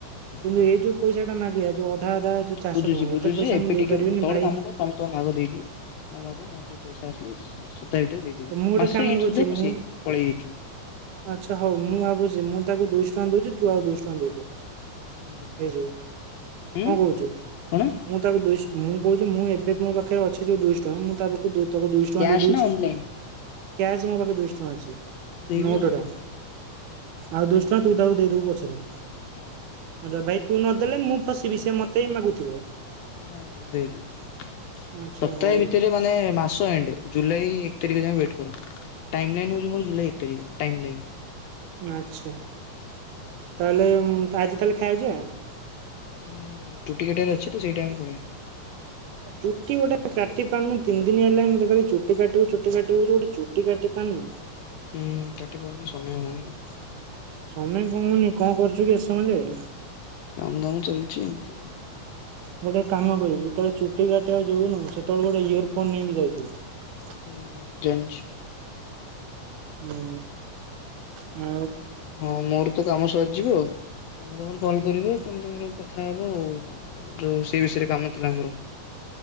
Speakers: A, on the right (about 80°); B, on the left (about 80°).
A: କିନ୍ତୁ
B: ହୁଁ
A: ଏଇ ଯୋଉ ପଇସା ଟା ମାଗିବା ଯୋଉ ଅଧା ଅଧା ଯୋଉ ଚାରିଶହ
B: ବୁଝୁଛି
A: ଟଙ୍କା
B: ବୁଝୁଛି
A: ଏତେ ପଇସା
B: ଏବେ
A: ମୁଁ ଦେଇ
B: ଟିକେ
A: ପାରିବିନି
B: ତ ଗୋଟେ
A: ଭାଇ।
B: କାମ କର ତମେ ତମ ଭାଗ ଦେଇଦିଅ। ମୋ ଭାଗ <unintelligible> ଦେଇଦେବି।
A: ମୁଁ ଗୋଟେ
B: ମାସ
A: କାମ
B: ଏଣ୍ଡ
A: କରୁଛି
B: ସୁଦ୍ଧା ପଶି
A: ମୁଁ
B: ଯାଇଥିବ ପଳେଇ ଯାଇଥିବ।
A: ଆଛା ହଉ ମୁଁ ଭାବୁଛି ମୁଁ ତାକୁ ଦୁଇଶ ଟଙ୍କା ଦଉଛି ଆଉ ଦୁଇଶ ଟଙ୍କା ଦେଇ ଦେ।
B: ହୁଁ
A: ହେଇଯିବ
B: ଉଁ
A: କଣ କହୁଛୁ
B: କଣ
A: ମୁଁ ତାକୁ ଦୁଇଶ ମୁଁ କହୁଛି ମୁଁ ଏବେ ମୋ ପାଖେ ରେ ଅଛ ଅଛି ଜଉ ଦୁଇଶ ଟଙ୍କା ମୁ ତା ପାଖକୁ ଦୁ ତାକୁ ଦୁଇଶ ଟଙ୍କା
B: କ୍ୟାସ୍
A: ଦେଇ ଦଉଚି।
B: ନା ଅନଲାଇନ୍?
A: କ୍ୟାସ ମୋ ପାଖରେ ଦୁଇଶ ଟଙ୍କା ଅଛି।
B: ଦେଇଦେବି
A: ନୋଟ
B: ଆଉ
A: ଟା ଆଉ ଦୁଇଶ ଟଙ୍କା ତୁ ତାକୁ ଦେଇଦବୁ ପଅ ଛାଜ।
B: ହଁ।
A: ନଦା ବାଇ ତୁ ନଦେଲେ ମୁଁ ଫସିବି ସେ ମତେ ହି ମାଗୁଥିବେ।
B: ଜାଣିଚି ମୁ ଦେଇଦେବି
A: ଆଚ୍ଛା
B: ସପ୍ତାହେ
A: ହଉ
B: ଭିତରେ ମାନେ ମାସ ଏଣ୍ଡ ଜୁଲାଇ ତାରିଖ ଯାଏେ ୱେଟ କର ଟାଇମ ଲାଇନ୍ ହେଉଛି ମୋର ଜୁଲାଇ ଏକ ତାରିଖ ଟାଇମ ଲାଇନ୍।
A: ଆଚ୍ଛା ତାହଲେ ମୁ ତ ଆଜି ତାହେଲେ ଖାଇବାକୁ ଯିବା।
B: ହଁ ଚୁଟିିକଟରେ ଅଛି ତ ସେଇ ଟାଇମରେ ପଳେଇଆ।
A: ଚୁଟି ଗୋଟେ କାଟି ପାରୁନୁ ତିନି ଦିନ ହେଲାଣିଁ ମତେ କହଲି ଚୁଟି କାଟିବୁ ଚୁଟି କାଟିବ ଗୋଟେ ଚୁଟି କାଟି ପାରୁନୁ।
B: ହୁଁ କାଟି ପାରୁନି ସମୟ ହଉନି ଆଉ।
A: ସମୟ କ ହଉନି କଣ କରୁଛୁ କି ଏ ସମୟ ଯାଏ।
B: କାମ ଦାମ ଚାଲିଛି। ଚି
A: ଗୋଟେ କାମ କରିବୁ ଯେତେବେଳେ ଚୁଟି କାଟ ଆଉ ଯିବୁନୁ ସେତେବେଳେ ଗୋଟେ ଇୟର ଫୋନ ନେଇକି ଯାଇଥିବୁ।
B: ହ ଜାଣିଚି।
A: ହୁଁ ହୁଁ
B: ହଁ ମୋର ତ କାମ ସ ଯିବ ଆ ତମେ ତମର କଲ୍ କରିବ ତମେ ତୁମର କ କଥା ହେବ ଆ ଯୋଉ ସେ ବିଷୟରେ କାମ ଥିଲା। ଆମର